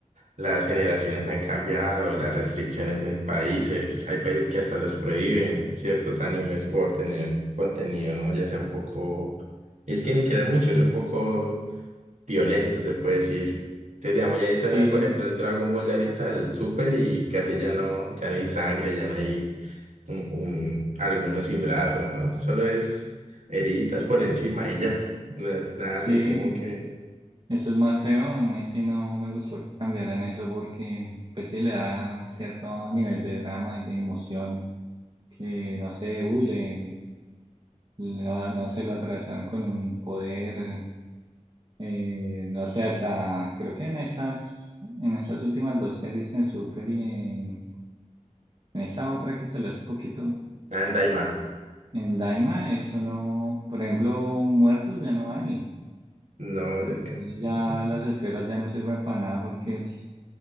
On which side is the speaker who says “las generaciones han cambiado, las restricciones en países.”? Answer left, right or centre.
Right